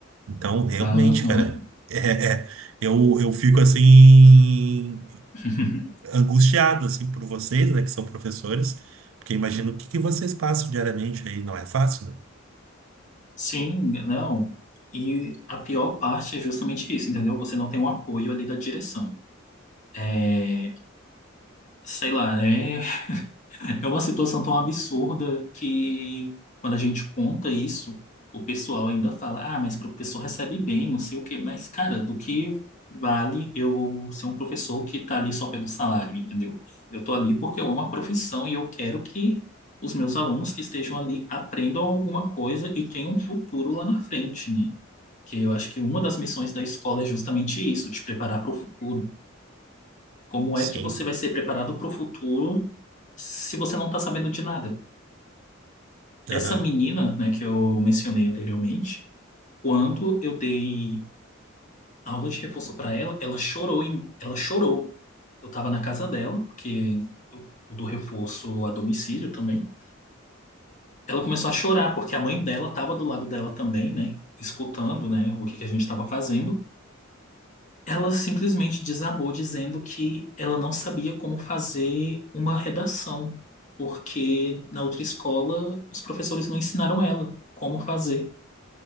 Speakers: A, on the right; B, on the left.
A: Então, realmente,
B: Aham.
A: cara, é, é- eu, eu fico assim
B: <laughs>
A: angustiado, assim, por vocês, né, que são professores, porque imagino o que que vocês passam diariamente aí, não é fácil, né?
B: Sim, não. E a pior parte é justamente isso, entendeu? Você não tem um apoio ali da direção. É, sei lá, é É uma situação tão absurda que quando a gente conta isso, o pessoal ainda fala: ah, mas professor recebe bem, não sei o quê. Mas, cara, do que vale eu ser um professor que tá ali só pelo salário, entendeu? Eu tô ali porque eu amo a profissão e eu quero que os meus alunos que estejam ali aprendam alguma coisa e tenham um futuro lá na frente, né? Que eu acho que uma das missões da escola é justamente isso, te preparar para o futuro. Como
A: Sim,
B: é que você vai ser preparado para o futuro se você não está sabendo de nada? Essa
A: aham,
B: menina, né, que eu mencionei anteriormente, quando eu dei aula de reforço para ela, ela chorou em, ela chorou. Eu estava na casa dela, porque eu, eu dou reforço a domicílio também. Ela começou a chorar porque a mãe dela estava do lado dela também, né, escutando, né, o que que a gente estava fazendo. Ela simplesmente desabou dizendo que ela não sabia como fazer uma redação, porque na outra escola os professores não ensinaram ela como fazer.